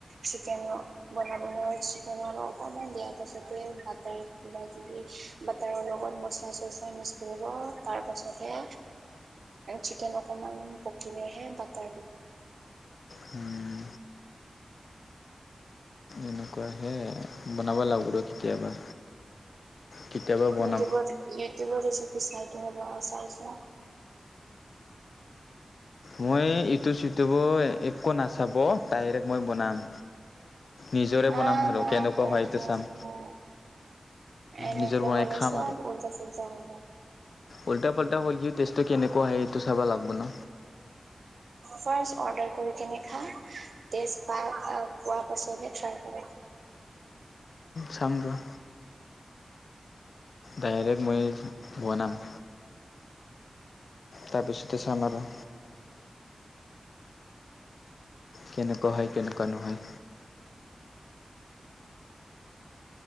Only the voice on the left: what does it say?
হুম এনেকুৱাহে! বনাব লাগব ৰ' কেতিয়াবা কেতিয়াবা বনাম
মই ইউটোউব চিউটোব একো নাচাব ডাইৰেক্ট মই বনাম। নিজৰে
বনাম আৰু
কেনেকুৱা
হয় সেইটো
চাম।
নিজৰ বনাই
খাম
ওল্টা পুল্টা হলিও টেষ্টটো কেনেকুৱা হয় সেইটো চাব লাগব না।
চাম ৰ'হ। ডাইৰেক্ট মই বনাম। তাৰপিছতে চাম আৰু। কেনেকোৱা হয়, কেনেকোৱা নহয়।